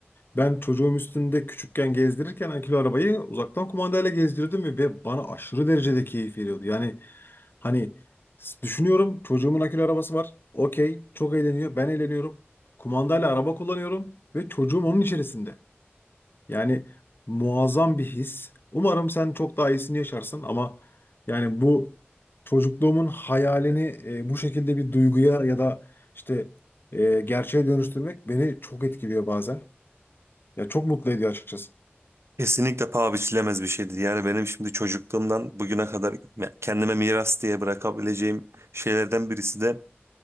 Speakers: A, on the left; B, on the right.
A: Ben çocuğum üstünde küçükken gezdirirken akülü arabayı uzaktan kumandayla gezdirdim ve ve bana aşırı derecede keyif veriyordu. Yani hani s- düşünüyorum çocuğumun akülü arabası var. Okey, çok eğleniyor. Ben eğleniyorum. Kumandayla araba kullanıyorum ve çocuğum onun içerisinde. Yani muazzam bir his. Umarım sen çok daha iyisini yaşarsın ama yani bu çocukluğumun hayalini e, bu şekilde bir duyguya ya da işte e, gerçeğe dönüştürmek beni çok etkiliyor bazen. Ya çok mutlu ediyor açıkçası.
B: Kesinlikle paha biçilemez bir şeydir. Yani benim şimdi çocukluğumdan bugüne kadar kendime miras diye bırakabileceğim şeylerden birisi de